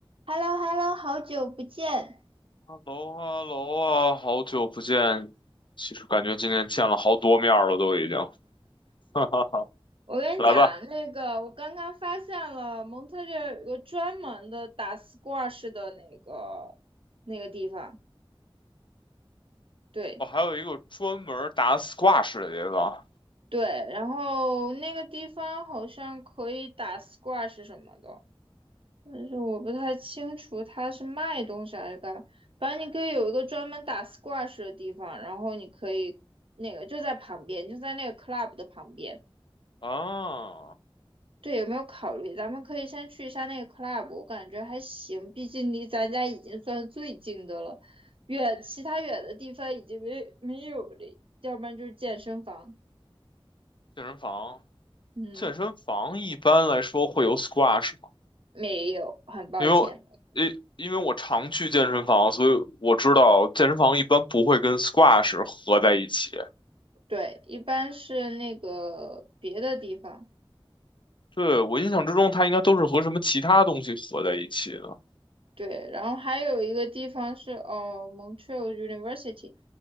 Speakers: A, on the right; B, on the left.
A: h e l l o h e l l o 好久不见。
B: 哈喽哈喽啊，好久不见。其实感觉今天见了好多面儿了，都已经。<laughs> 哈哈哈，
A: 我跟你讲，
B: 来吧，
A: 那个我刚刚发现了蒙特利尔有个专门的打 squash 的那个那个地方，对
B: 我、还有一个专门儿打 squash 的地方
A: 对，然后那个地方好像可以打 squash 什么的，但是我不太清楚它是卖东西还是干嘛。反正你可以有一个专门打 squash 的地方，然后你可以那个就在旁边，就在那个 club 的旁边。
B: 啊，
A: 对，有没有考虑？咱们可以先去一下那个 club，我感觉还行，毕竟离咱家已经算最近的了，远其他远的地方已经没没有了，要不然就是健身房。
B: 健身房。
A: 嗯，
B: 健身房一般来说会有 squash 吗？
A: 没有，很抱歉，
B: 因为我，
A: 没有
B: 因因为我常去健身房，所以我知道健身房一般不会跟 squash 合在一起。
A: 对，一般是那个别的地方。
B: 对，我印象之中，它应该都是和什么其他东西合在一起的。
A: 对，然后还有一个地方是哦，Montreal University，